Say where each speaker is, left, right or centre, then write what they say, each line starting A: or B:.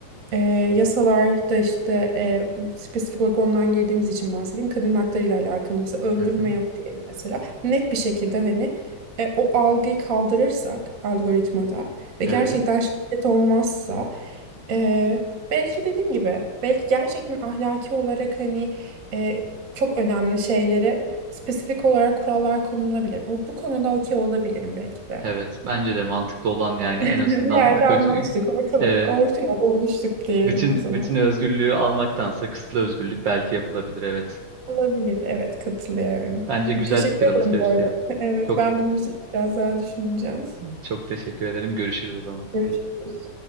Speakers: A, on the right; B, on the right.
A: E, yasalarda işte e, spesifik olarak ondan girdiğimiz için bahsedeyim. Kadın hakları ile alakalı mesela öldürme
B: Hı hı.
A: yok diyelim mesela. Net bir şekilde hani e, o algıyı kaldırırsak algoritmada ve gerçekten
B: Evet,
A: şiddet olmazsa e, belki dediğim gibi belki gerçekten ahlaki olarak hani çok önemli şeylere spesifik olarak kurallar konulabilir. Bu, bu konuda okey olabilirim belki de.
B: evet. Bence de mantıklı olan yani
A: <laughs> Bir
B: en azından
A: yerde
B: kötü
A: anlaştık. Orta,
B: evet,
A: orta yolda buluştuk diyelim
B: bütün
A: o zaman.
B: bütün özgürlüğü almaktansa kısıtlı özgürlük belki yapılabilir evet.
A: Olabilir. Evet katılıyorum.
B: Bence güzel
A: Teşekkür
B: fikir
A: ederim
B: alışverişi
A: bu arada.
B: yap.
A: <laughs> Evet
B: Çok
A: ben bunun üzerine biraz daha düşüneceğim.
B: çok teşekkür ederim. Görüşürüz o zaman.
A: Görüşürüz.